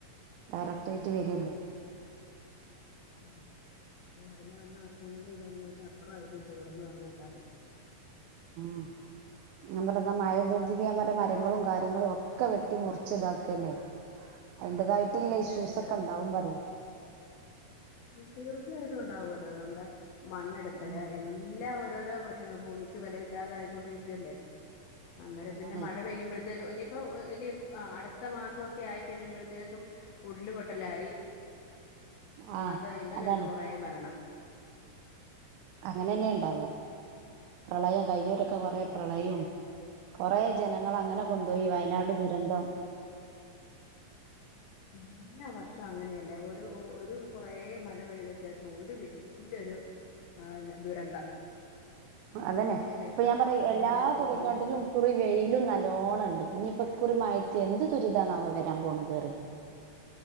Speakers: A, on the right (about 85°); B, on the left (about 85°).
A: ഡയറക്ട് ആയിട്ട് വരില്ലേ
B: ആഹ് ഇത് വരുന്ന വരുന്നു വർഷങ്ങളിൽ ഇത് തന്നെ ഇതിന്റപ്പുറ ആയിരിക്കും ചൂടെന്ന് പറഞ്ഞേക്കാലോ
A: <inaudible> ഞാൻ പറഞ്ഞു മഴതി <unintelligible> പ്യാ പറല മരങ്ങളും കാര്യങ്ങളും ഒക്കെ വെട്ടി മുറിച്ച് ഇതാക്കി അല്ലേ അതിന്റേതായിട്ടല്ല
B: അതെ
A: ഇഷ്യൂസ്
B: അതെ അതെ
A: ഒക്കെ ഉണ്ടാവും പറയും
B: തീർച്ചയായിട്ടും ഒണ്ടാവുമല്ലോ നമ്മുടെ മണ്ണെടുക്കല്
A: ഉം
B: എല്ലാ ഓരോരോ- പ്രശ്നങ്ങള് ഭൂമിക്ക് ബലം ഇല്ലാതെ ആയിക്കൊണ്ടിരിക്കുവല്ലേ അന്നേരം
A: അതാണേ
B: പിന്നെ മഴ പെയ്യുമ്പോഴത്തേഴേക്കും ഇനി- ഇപ്പൊ ഇനി അടുത്ത മാസമൊക്കെ ആയി കഴിയുമ്പോഴത്തേക്കും ഉരുളു പൊട്ടലായി
A: ആ
B: അത് ഇങ്ങനെ
A: അതാണ്
B: ഒരു കൊറേ മരണം
A: അങ്ങനെ തന്നെയ ഉണ്ടാവുക പ്രളയം കഴിഞ്ഞൂരൊക്കെ കൊറേ
B: ആ
A: പ്രളയവും-
B: പേടി
A: കൊറേ ജനങ്ങള് അങ്ങനെ കൊണ്ടുപോയി
B: അള്ളാ
A: വയനാട് ദുരന്തം.
B: എല്ലാം വർഷം അങ്ങനെയല്ലേ ഒരു ഒരു കൊറേ മഴ പെയ്ത ശേഷം ഒരു വ്യക്തി- നല്ലൊരു ആഹ് പിന്നെ ദുരന്തം
A: അതന്നെ
B: അതിന് ശേഷം
A: ഇപ്പൊ ഞാൻ പറയും എല്ലാ
B: ആണല്ലോ
A: കുറിക്കാട്ടിലും
B: പിന്നെ പതുക്കെ
A: ഇക്കുറി വെയിലും നല്ലോണം- ഇണ്ട് ഇഞ്ഞി ഇപ്പൊ മയത്തു എന്ത് ദുരിതവാണോ വരാൻ പോണേ കേറി